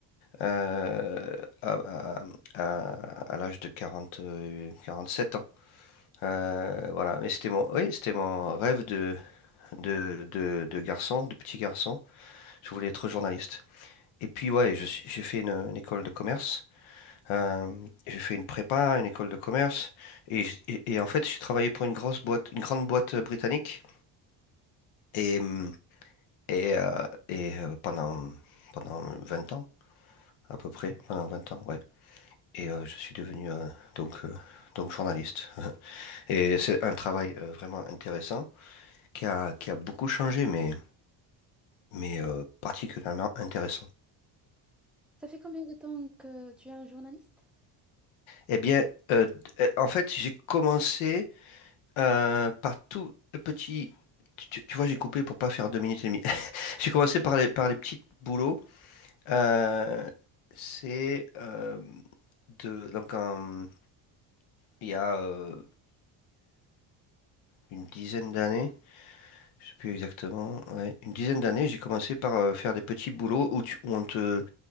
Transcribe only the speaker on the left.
euh, à, à- à- à l'âge de 40, euh, 47 ans. Euh, voilà, mais c'était mon, oui, c'était mon rêve de, de, de, de garçon, de petit garçon. Je voulais être journaliste. Et puis, ouais, je suis- j'ai fait une, une école de commerce. Euh, j'ai fait une prépa, une école de commerce. Et, j- et, et en fait, j'ai travaillé pour une grosse boîte, une grande boîte euh, britannique. Et, hum, et, euh, et euh, pendant, pendant 20 ans, à peu près, pendant 20 ans, ouais. Et euh, je suis devenu euh, donc, euh, donc journaliste. Et c'est un travail euh, vraiment intéressant qui a, qui a beaucoup changé, mais mais euh, particulièrement intéressant.
Eh bien, euh, d- euh, en fait, j'ai commencé euh, par tout le petit. Tu, tu- tu vois, j'ai coupé pour pas faire deux minutes et demie. <laughs> J'ai commencé par les, par les petits boulots. Euh, c'est euh, de donc un- il y a euh, une dizaine d'années. Je sais plus exactement. ouais, une dizaine d'années, j'ai commencé par euh, faire des petits boulots où, tu- où on te